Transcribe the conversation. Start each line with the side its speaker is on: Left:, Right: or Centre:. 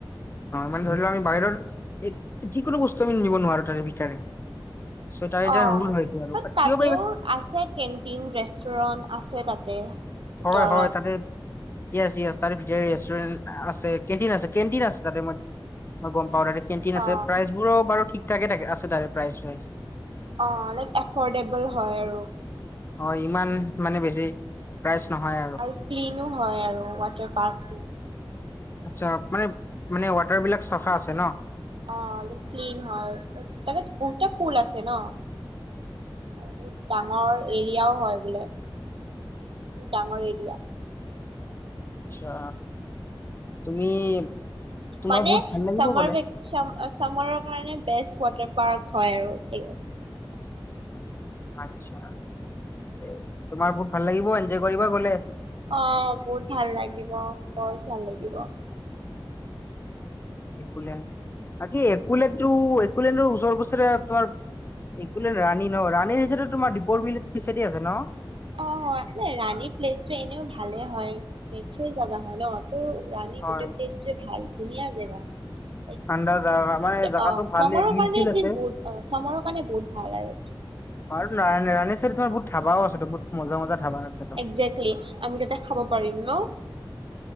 Left: অ মানে ধৰি লোৱা আমি বাহিৰৰ এই যি যিকোনো বস্তু আমি নিব নোৱাৰো তাৰে ভিতৰে। চ' তাৰ এটা
Right: অ
Left: ৰুল হয় এইটো আৰু
Right: বাট তাতেও
Left: কিয় পাৰি
Right: আছে, কেণ্টিন ৰেষ্টুৰেণ্ট আছে তাতে। ভিতৰত
Left: হয়, হয় তাতে। ইয়েছ ইয়েছ তাতে ভিতৰতে ৰেষ্টুৰেণ্ট আছে, কেণ্টিং আছে কেণ্টিন আছে তাতে মই মই গম পাওঁ তাতে। কেণ্টিন আছে
Right: অ
Left: প্ৰাইচবোৰো বাৰু ঠিক আছে। তাকে তাকে আছে তাৰে প্ৰাইচ চ্ৰাইজ।
Right: অ লাইক এফৰ্ডেবল হয় আৰু।
Left: হয় ইমান মানে বেছি। প্ৰাইচ
Right: ওম
Left: নহয়
Right: আৰু ক্লিনো। <inaudible> হয় আৰু ৱাটাৰ পাৰ্কটো।
Left: অচ্ছা মানে মানে ৱাটাৰ বিলাক চাফা আছে ন।
Right: অ আৰু ক্লিন হয় তাত। তাতে দুটা পুল ওলাইছে ন আৰু বহুত ডাঙৰ এৰিয়াও হয় বোলে বহুত ডাঙৰ এৰিয়া।
Left: আচ্ছা তুমি। <inaudible> তোমাৰ
Right: মানে
Left: বহুত ভাল লাগিব
Right: সমাৰ
Left: গ'লে
Right: ভেঁকশ্য সমাৰ। আছামৰ কাৰণে বেষ্ট ৱাটাৰ পাৰ্ক হয় আৰু।
Left: আচ্ছা তোমাৰ বহুত ভাল লাগিব এনজয় কৰিব গলে।
Right: অ বহুত ভাল লাগিব বৰ ভাল লাগিব।
Left: একুলেণ্ড, আজি একুলেণ্ড ত ওচৰ পাছৰে তোমাৰ একুলেণ্ড ৰাণী ন ৰাণীৰ যিটো, তোমাৰ দীপৰ বিল সেইচাইডে আছে ন।
Right: অ হয় এনে ৰাণী প্লেছ। এনেইও ভালে হয়, নেচাৰ জাগা হয় ন। ত ৰাণী
Left: হয়
Right: গোটেই প্লেছ ভাল। ধুনীয়া জেগা লাইক
Left: ঠাণ্ডা জাগা
Right: উইণ্ট
Left: মানে জাগাটো ভালে
Right: চামাৰৰ
Left: বিল
Right: কাৰে
Left: চিল
Right: এলিষ্ট
Left: আছে
Right: বহুত অ চামাৰৰ কাৰণে বহুত ভাল আৰু একচুৱলি।
Left: অ আৰু ৰাণী ৰাণী সাইডে, তোমাৰ বহুত ধাবাও আছে বহুত মজা মজা ধাবা। আছে তো
Right: একজেক্টলি আমি তাতে, খাব পাৰিম ন।